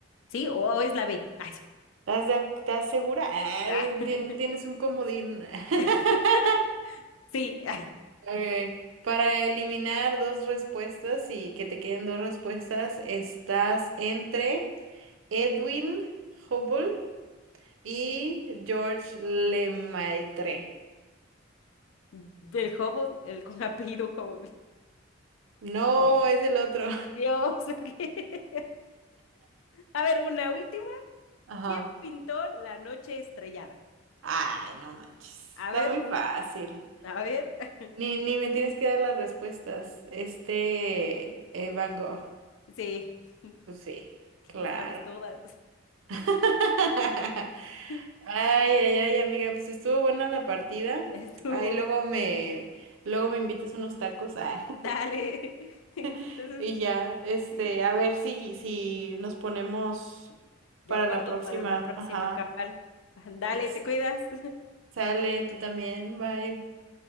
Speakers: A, on the left; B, on the right.
A: Sí, o es la B. Ay,
B: ¿Estás, de ac- estás segura? Ah,
A: <laughs> ay.
B: tien- tienes un comodín.
A: <laughs>
B: <laughs>
A: Sí, <laughs>
B: Ok, Para eliminar dos respuestas y que te queden dos respuestas, estás entre Edwin Hubble y George Lemaitre.
A: del Hubble, el con apellido Hubble.
B: No,
A: No.
B: es el otro.
A: Dios, <laughs> ok. A ver, una última.
B: <laughs> Ajá.
A: ¿Quién pintó La Noche Estrellada?
B: Ay, no manches. Está
A: A ver,
B: muy fácil.
A: a ver.
B: Ni, ni me tienes que dar las respuestas. Este, eh, Van Gogh.
A: Sí, <laughs>
B: Pues sí,
A: ¿qué
B: claro.
A: te sabes todas?
B: <laughs>
A: <laughs>
B: Ay, ay, ay, amiga, pues estuvo buena la partida.
A: Estuvo.
B: Ay, luego me, luego me invitas unos tacos. Ah,
A: Dale. <laughs> Entonces,
B: <laughs> y ya, este,
A: sí,
B: a ver si, si nos ponemos
A: de
B: para
A: acuerdo
B: la próxima.
A: para una próxima,
B: Ajá.
A: cabal. Dale,
B: Exacto.
A: te cuidas. <laughs>
B: Sale, tú también. Bye.